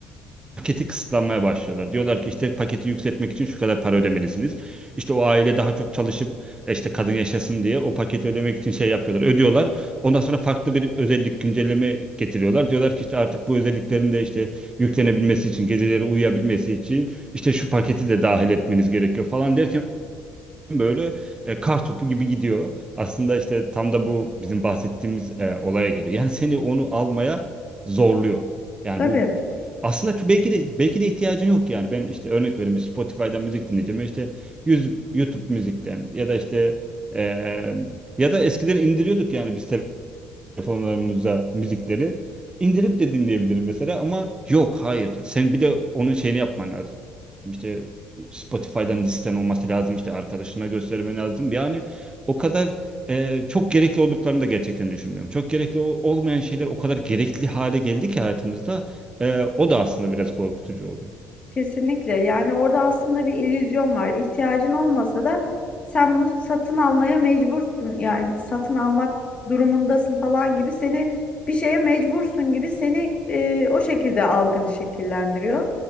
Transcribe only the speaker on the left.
Tabii.
Kesinlikle. Yani orada aslında bir illüzyon var. İhtiyacın olmasa da sen bunu satın almaya mecbursun. Yani satın almak durumundasın falan gibi seni bir şeye mecbursun gibi seni e, o şekilde algını şekillendiriyor.